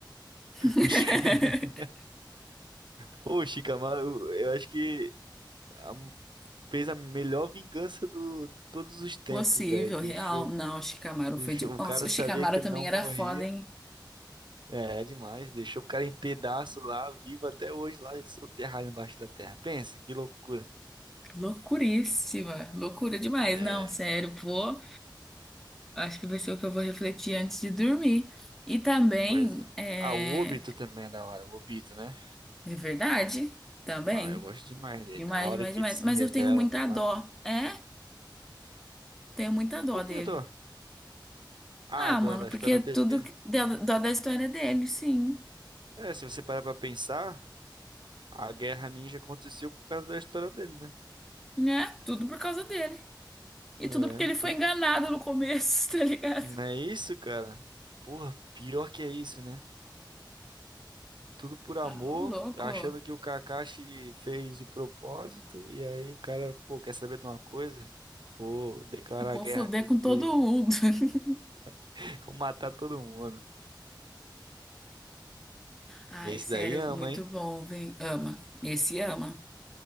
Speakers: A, in the centre; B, on the right.
A: <laughs>
B: O Shik... <laughs> Pô, o Shikamaru, eu acho que a- fez a melhor vingança do de todos os tempos,
A: Possível,
B: velho. Deixou,
A: real. Não, o Shikamaru
B: deixou
A: foi de.
B: o
A: Nossa,
B: cara
A: o
B: sabia
A: Shikamaru
B: que ele
A: também
B: não morria.
A: era foda, hein?
B: É, é demais. Deixou o cara em pedaço lá, vivo até hoje, lá soterrado embaixo da terra. Pensa, que loucura.
A: Loucuríssima. Loucura demais.
B: É,
A: Não, sério, pô. Acho que vai ser o que eu vou refletir antes de dormir. E também,
B: pois é.
A: é,
B: Ah, o Obito também é da hora, o Obito, né?
A: é verdade, também.
B: Ah, eu gosto demais dele.
A: Demais,
B: A hora
A: demais,
B: que
A: demais.
B: ele se
A: Mas
B: revela
A: eu tenho muita
B: lá.
A: dó. É? Tenho muita dó
B: Por
A: dele.
B: que do? Ah,
A: Ah,
B: do-
A: mano,
B: da história
A: porque tudo
B: dele.
A: que- deu- dó da história dele, sim.
B: É, se você parar pra pensar, a Guerra Ninja aconteceu por causa da história dele, né?
A: Né? Tudo por causa dele. E
B: É,
A: tudo porque ele foi
B: tudo.
A: enganado no começo, <laughs> tá ligado?
B: Não é isso, cara? Porra, pior que é isso, né? Tudo por amor,
A: Ah, ô louco.
B: achando que o Kakashi fez de propósito, e aí o cara, pô, quer saber de uma coisa? Vou declarar
A: Vou
B: guerra
A: foder
B: aqui
A: com
B: porque
A: todo mundo. <laughs>
B: <laughs> vou matar todo mundo.
A: Ai,
B: Esse
A: sério,
B: daí ama,
A: muito
B: hein?
A: bom, vem. Ama. Esse ama.